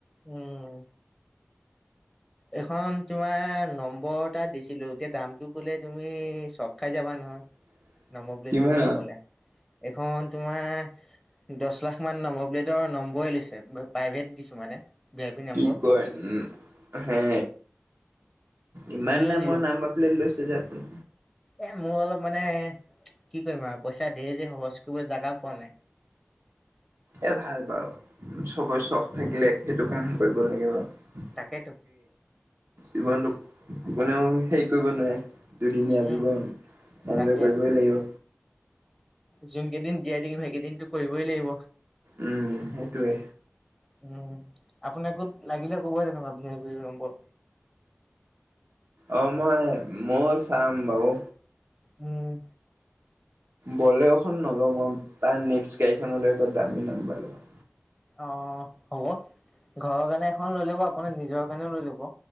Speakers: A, in the centre; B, on the right (about 65°).
A: উম। এখন তোমাৰ নম্বৰ এটা দিছিলো এতিয়া দামটো ক'লে তুমি চক খাই যাবা নহয়।
B: <inaudible>
A: নম্বৰ প্লেটটো
B: কিমান
A: মোৰ চাবলে, এইখন তোমাৰ দছ লাখ মান নম্বৰ প্লেটৰ নম্বৰে লৈছে প্ৰাইভেট দিছোঁ মানে। ভি আই পি
B: কি
A: নম্বৰ।
B: কয় উম, হে, ইমান
A: জিৰ'
B: দামৰ
A: জিৰ'
B: নাম্ব প্লেট লৈছে যে আপুনি?
A: এ মোৰ অলপ মানে, কি কৰিম আৰু পইচা ঢেৰ যে খৰচ কৰিবলৈ জাগা পোৱা নাই।
B: এ ভাল বাৰু, চবৰে
A: উম
B: চখ থাকিলে সেইটো কাম কৰিব লাগিব, <unintelligible>
A: তাকেতো
B: জীৱনটোক, কোনেও হেৰি কৰিব নোৱাৰে। দুদিনীয়া
A: উম।
B: জীৱন, এঞ্জয়
A: তাকে
B: কৰিবই লাগিব।
A: যোন কেইদিন জীয়াই থাকিম সেইকেইদিনটো কৰিবই লাগিব।
B: উম, সেইটোৱে।
A: উম, আপোনাকো লাগিলে ক'ব তেনেকুৱা ভিয়াই পি নম্বৰ।
B: অ', মই মইয়ো চাম বাৰু।
A: উম,
B: বলেৰোখন নলও মই তাৰ নেক্স গাড়ীখন হ'লে এটা দামী নম্বৰ লগাম।
A: অ', হ'ব, ঘৰৰ কাৰণে এখন লৈ ল'ব আপোনাৰ নিজৰ কাৰণেও লৈ ল'ব।